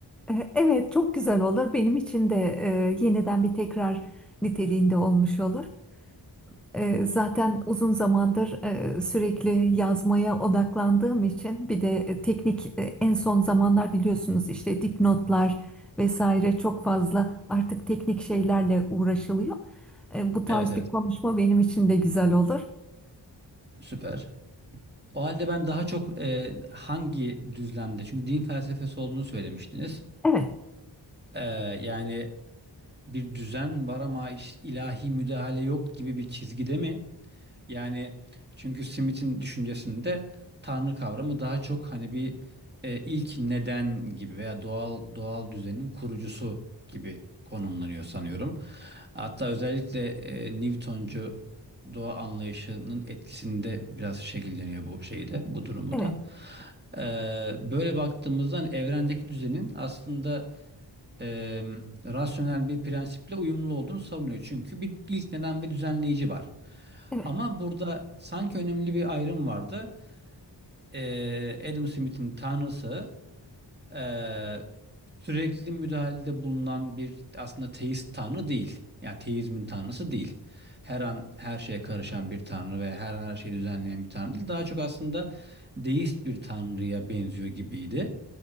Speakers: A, in the centre; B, on the right.
A: E, evet çok güzel olur. Benim için de e, yeniden bir tekrar niteliğinde olmuş olur. E, Zaten uzun zamandır e, sürekli yazmaya odaklandığım için bir de e, teknik e, en son zamanlar biliyorsunuz işte dipnotlar vesaire çok fazla artık teknik şeylerle uğraşılıyor. E, Bu tarz
B: Evet evet
A: bir konuşma benim için de güzel olur.
B: süper. O halde ben daha çok e, hangi düzlemde? Çünkü din felsefesi olduğunu söylemiştiniz.
A: Evet,
B: E, yani bir düzen var ama iş- ilahi müdahale yok gibi bir çizgide mi? Yani çünkü Smith'in düşüncesinde tanrı kavramı daha çok hani bir e, ilk neden gibi veya doğal doğal düzenin kurucusu gibi konumlanıyor sanıyorum. Hatta özellikle e, Newtoncu doğa anlayışının etkisinde biraz şekilleniyor bu şeyde, bu durumu
A: evet,
B: da. Ee, böyle baktığımızda hani evrendeki düzenin aslında e, rasyonel bir prensiple uyumlu olduğunu savunuyor. Çünkü bir ilk neden ve düzenleyici var.
A: evet.
B: Ama burada sanki önemli bir ayrım vardı. Ee, Adam Smith'in tanrısı ee, sürekli müdahalede bulunan bir aslında teist tanrı değil. Yani teizmin tanrısı değil. Her an her şeye karışan bir tanrı ve her an her şeyi düzenleyen bir tanrı değil. Daha çok aslında deist bir tanrıya benziyor gibiydi.